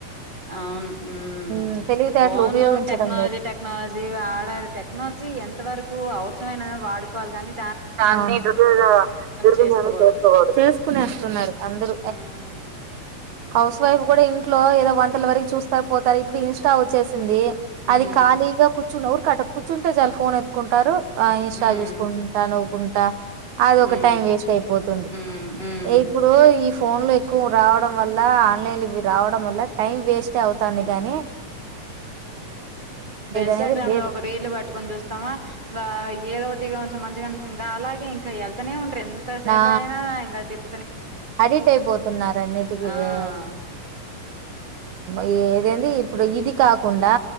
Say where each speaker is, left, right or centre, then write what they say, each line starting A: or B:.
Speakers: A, on the right; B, on the right.
A: అవును మ్
B: ఉమ్, తెలివితేటలు
A: ఫోనూ
B: ఉపయోగించడం
A: టెక్నాలజీ
B: లేదు
A: టెక్నాలజీ వాడాలి టెక్నాలజీ ఎంత వరకు అవు.. కష్టమైన వాడుకోవాల్ గనీ
B: దాన్ని దుర్యోధ దుర్వినియోగం
A: చేసుకోకూడదు
B: చేసుకోకూడదు.
A: ఉమ్
B: హౌస్ వైఫ్ గుడా ఇంట్లో ఏదో వంటల వరకి చూస్తా పోతాయి. ఇన్స్టా వచ్చేసి సింది. అది
A: ఉమ్
B: ఖాళీగా <inaudible> అంటే చాలు ఫోన్ ఎత్తుకుంటాడు. ఆ ఇన్స్టా
A: ఉమ్
B: చూసుకుం కుంటా అది ఒక
A: ఉమ్
B: టైం వేస్ట్ అయిపోతుంది.
A: ఉమ్ ఉమ్
B: ఇప్పుడు ఈ ఫోన్ కు రావడం వల్ల ఆన్లైన్లు ఇవి రావడం వల్ల టైం వేస్టే అవుతాంది గనీ
A: ఇప్పుడు ఇన్స్టాగ్రామ్
B: అనేది లేదు
A: లో ఒక రీల్ పట్టుకొని చూస్తామా ఆ ఏదోట్ కొంచం మంచిగా అని ఇంకా అలాగే ఇంకా ఎళ్తనే ఉం ఎంత సేపైనా
B: ఆ
A: గానీ <inaudible>
B: అడిట్ అయిపోతున్నరనన్నీటికిీ ఇవే
A: ఆ
B: ఏయే ఇదేంది ఇప్పుడు ఇది కాకుండా